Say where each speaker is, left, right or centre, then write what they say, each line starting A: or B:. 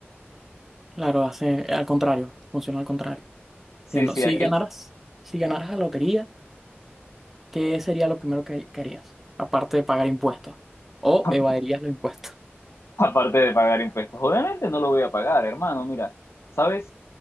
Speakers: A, in the centre; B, on the left.
A: Claro, hace al contrario, funciona al contrario.
B: Sí,
A: Entiendo.
B: sí,
A: Si
B: aquí
A: ganaras, si ganaras la lotería, ¿qué sería lo primero que, que harías? Aparte de pagar impuestos. O
B: <laughs>
A: evadirías los impuestos. <laughs>
B: <laughs> Aparte de pagar impuestos, obviamente no lo voy a pagar, hermano. Mira, ¿sabes